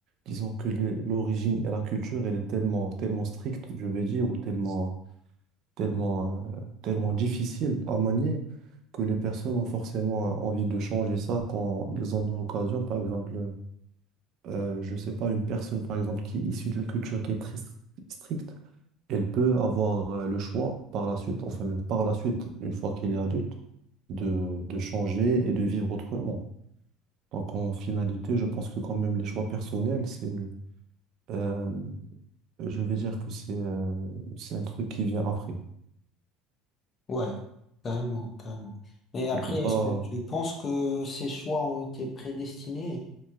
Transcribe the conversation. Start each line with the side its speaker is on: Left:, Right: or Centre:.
Right: disons que les- l'origine et la culture, elle est tellement, tellement stricte, je vais dire, ou tellement, tellement, euh, tellement difficile à manier, que les personnes ont forcément euh, envie de changer ça quand ils en ont l'occasion. Par exemple, euh, je sais pas, une personne, par exemple, qui est issue d'une culture qui est très stri- stricte, elle peut avoir euh, le choix par la suite, enfin le- par la suite, une fois qu'elle est adulte, de, de changer et de vivre autrement. Donc en finalité, je pense que quand même les choix personnels, c'est, euh, je vais dire que c'est euh, c'est un truc qui vient après.
Left: Ouais, carrément, carrément. Mais
Right: Tu
Left: après,
Right: peux pas,
Left: est-ce que tu penses que ces choix ont été prédestinés?